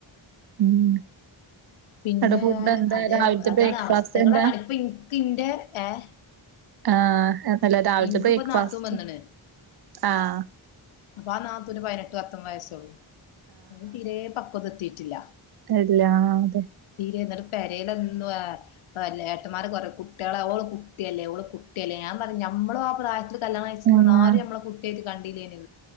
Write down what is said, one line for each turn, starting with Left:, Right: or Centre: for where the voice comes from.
Right: ഉം
Left: പിന്നെ
Right: ന്നിട്ട് ഫുഡ് എന്താ
Left: അതെയോ
Right: രാവിലത്തെ
Left: അതാണ്
Right: ബ്രേക്ക്ഫാസ്റ്റ്
Left: അവസ്ഥകള്
Right: എന്താ?
Left: അതാണ് ഇപ്പ ഇൻക്ക് ഇന്റെ ഏഹ്
Right: ആഹ് ഏക്കല്ലേ രാവിൽത്തെ
Left: ഇനിക്കിപ്പോ
Right: ബ്രേക്ക്
Left: നാത്തൂൻ
Right: ഫാസ്റ്റ്
Left: വന്ന്ണ്
Right: ആഹ്
Left: അപ്പൊ ആ നാത്തൂന് പയ്നെട്ട് പത്തൊമ്പത് വയസാെള്ളു അയ്ന് തീരെ പക്വത എത്തീറ്റില്ല
Right: എല്ലാതെ
Left: തീരെ ഇന്നിട്ട് പെരേലൊന്നും ആ ഏട്ടന്മാരൊക്കെ പറയും കുട്ട്യാളാ ഓള് കുട്ട്യല്ലേ ഓള് കുട്ട്യല്ലേ ഞാൻ പറിം നമ്മളും ആ പ്രായത്തില് കല്യാണം കഴിച്ച്ക്ക്ണ്
Right: ആഹ്
Left: ഇന്നാലും നമ്മളെ കുട്ട്യായിട്ട് കണ്ടില്ലേനി